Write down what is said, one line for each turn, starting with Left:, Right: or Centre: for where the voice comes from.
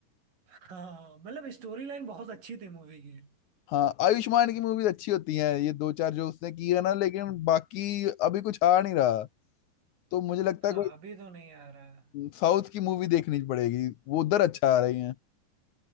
Right: हाँ मतलब स्टोरी लाइन बहुत अच्छी थी मूवी की
Left: हाँ आयुष्मान की मूवीज अच्छी होती हैं ये दो चार जो उसने की है ना लेकिन बाकी अभी कुछ आ नहीं रहा तो मुझे लगता
Right: हाँ
Left: है कोई
Right: अभी तो नहीं आ रहा है।
Left: साउथ की मूवी देखनी पड़ेगी वो उधर अच्छा आ रही है